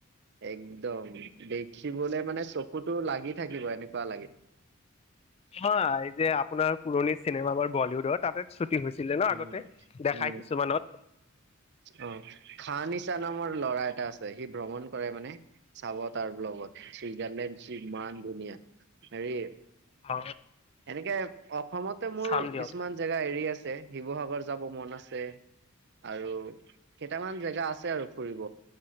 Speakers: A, on the right; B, on the left.
A: একদম দেখিবলে মানে চকুটো লাগি থাকিব এনেকুৱা লাগে।
B: হয় এই যে আপোনাৰ পুৰণি চিনেমা বোৰ বলিউডৰ তাতে। হৈছিলে ন
A: উ
B: আগতে দেখাই
A: উম
B: কিছুমানত
A: অ ফা। নৰ ল'ৰা এটা আছে সি ভ্ৰমণ কৰে মানে চাব তাৰ ব্লগত চুইজাৰলেণ্ড কিমান। মান ধুনীয়া হেৰি।
B: অ
A: এনেকে অসমতে মোৰ
B: চাম দিয়ক
A: কিছুমান জেগা এৰি আছে। শিৱসাগৰ যাব মন আছে। আৰু কেইটামান জেগা আছে আৰু ফুৰিব।